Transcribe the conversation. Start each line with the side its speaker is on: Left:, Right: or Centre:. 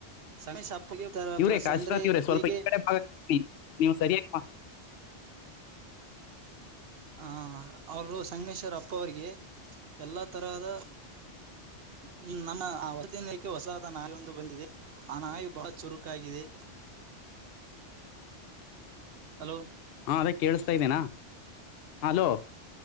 Right: ಸಣೇಶ ಅಪ್ಪಗೆ
Left: ಇವ್ರೇ
Right: ಪ್ರ
Left: ಕಾಶಿನಾಥ್
Right: ಅಂದ್ರೆ
Left: ಇವ್ರೆ ಸ್ವಲ್ಪ
Right: ಹೇಗೆ
Left: ಈ ಕಡೆ ಭಾಗಕ್ಕೆ ನೀವು ಸರಿಯಾಗಿ
Right: ಹ ಅವರು ಸಂಗಮೇಶ್ವರ್ ಅಪ್ಪ ಅವಿಗೆ ಎಲ್ಲಾ ತರಹದ ಹ್ ನಮ್ಮ ಆ ಹೊತಿನಕ್ಕೆ ಹೊಸತ ನಾವೆ ಒಂದು ಬಂದಿದೆ ಆ ನಾಯಿ ಬಹಳ ಚುರುಕಾಗಿದೆ ಹಲೋ
Left: ಹಾ ಅದೇ ಕೇಳಸ್ತಾ ಇದ್ದೇನಾ ಅಲೋ